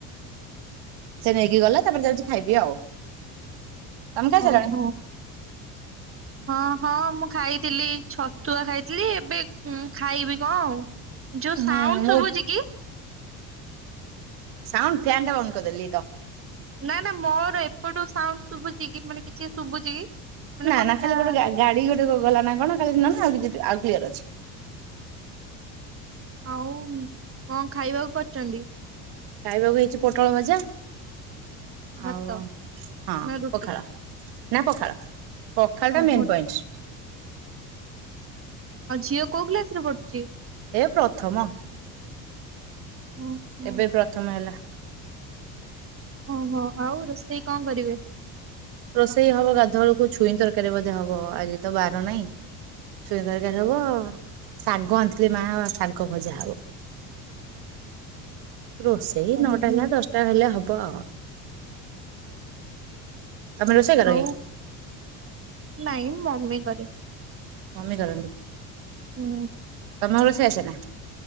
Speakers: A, on the right (about 70°); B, on the right (about 35°).
A: ସେ ନେଇକି ଗଲା, ତାପରେ ଯାଉଚି ଖାଇବି ଆଉ। ତମେ
B: <unintelligible>
A: ଖାଇସାରିଲଣି?
B: ହଁ-ହଁ ମୁଁ ଖାଇଥିଲି ଛତୁଆ ଖାଇଥିଲି, ଏବେ ଉଁ ଖାଇବି କଣ ଆଉ। ଯୋଉ
A: ହୁଁ
B: ସାଉଣ୍ଡ
A: ମୁଁ
B: ଶୁଭୁଛି କି?
A: ସାଉଣ୍ଡ ଫ୍ୟାନ୍ ଟା ବନ୍ଦ କରିଦେଲି ଏଇତ।
B: ନା ନା ମୋର ଏପଟୁ ସାଉଣ୍ଡ ଶୁଭୁଛି କି, ମାନେ କିଛି ଶୁଭୁଚି କି ମାନେ
A: ନା
B: କଥା।
A: ନା ଖାଲି ଗୋଟେ ଗା ଗାଡି ଗୋଟେ ଗଲା ନା କଣ ଖାଲି ଶୁଣାଗଲା, ଆଉ କିଛି ଆଉ କ୍ଲିୟର ଅଛି।
B: ଆଉ କଣ ଖାଇବାକୁ କରିଚନ୍ତି?
A: ଖାଇବାକୁ ହେଇଚି ପୋଟଳ ଭଜା
B: ଭାତ
A: ଆଉ ହଁ
B: ନା ରୁଟି?
A: ପଖାଳ। ନା ପଖାଳ। ପଖାଳ ଟା
B: ଆଉ
A: ମେନ୍ ପଏଣ୍ଟ
B: ଝିଅ କୋଉ କ୍ଲାସ୍ ରେ ପଢୁଚି?
A: ଏ ପ୍ରଥମ,
B: ଓହୋ
A: ଏବେ ପ୍ରଥମ ହେଲା।
B: ଓହୋ, ଆଉ ରୋଷେଇ କଣ କରିବେ?
A: ରୋଷେଇ ହବ ଗାଧୁଆ ବେଳକୁ ଛୁଇଁ ତରକାରୀ ବୋଧେ ହବ ଆଜି ତ ବାର ନାହିଁ। ଛୁଇଁ ତରକାରୀ ହବ ଶାଗ ଆଣିଥିଲେ ମା ଶାଗ ଭଜା ହବ, ରୋଷେ ଏଇ
B: ଓହୋ
A: ନଅଟା ହେଲା ଦଶଟା ହେଲେ ହବ ଆଉ। ତମେ ରୋଷେଇ କର
B: ହଉ,
A: କି?
B: ନାଇଁ ମମି କରିବେ।
A: ମମି କରନ୍ତି?
B: ହୁଁ।
A: ତମକୁ ରୋଷେଇ ଆସେନା?